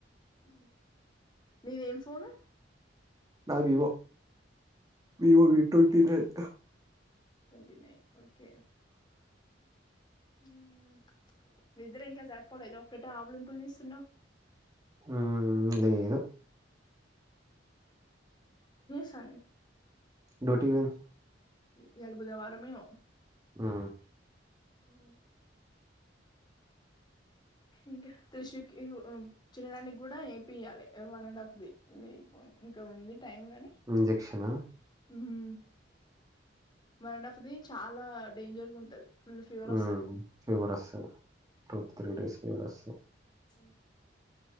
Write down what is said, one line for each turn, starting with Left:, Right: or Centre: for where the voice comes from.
Left: ఉ నీదేం ఫోను
Right: నా Vivo Vivo V twenty nine
Left: twenty nine okay ఉమ్ నిద్ర ఇంకా జరిపోలేదా ఒకటే ఆవులింపులు తీస్తున్నావ్.
Right: హ లేదు
Left: సరే
Right: డ్యూటీ కి పోయింద్
Left: ఇయాల బుధవారమేమో
Right: ఆ
Left: ఊ ఇంకా త్రిషు కి ఇ గో చిన్న దానికి గుడా ఏపీయ్యాలే వన్ అండ్ ఆఫ్ ది ఇంక్ ఇంక ఉంది. టైం గాని
Right: ఇంజెక్షనా
Left: ఉహు వన్ అండ్ ఆఫ్ ది చాలా డేంజర్ గ ఉంటది ఫుల్ ఫీవర్
Right: ఆ
Left: వస్తది
Right: ఫీవర్ వొస్తది. టు త్రి డేస్ కి ఫీవర్ వొస్తది.
Left: ఉ